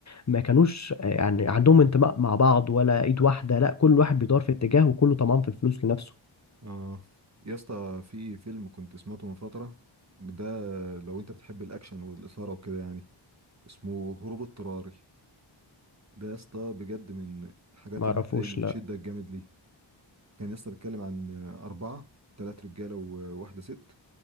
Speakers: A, on the left; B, on the right.
A: ما كانوش آه، يعني عندهم انتماء مع بعض ولا إيد واحدة لا كل واحد بيدور في اتجاه وكله طمعان في الفلوس لنفسه
B: اه يا اسطى في فيلم كنت سمعته من فترة ده لو انت بتحب الاكشن والاثارة وكده يعني اسمه هروب اضطراري ده يا اسطى بجد من الحاجات
A: ما
B: اللي
A: عرفوش
B: انت ايه اللي بتشدك
A: لا
B: جامد ليه كان يا اسطى بيتكلم عن آه، أربعة تلات رجالة وواحدة ست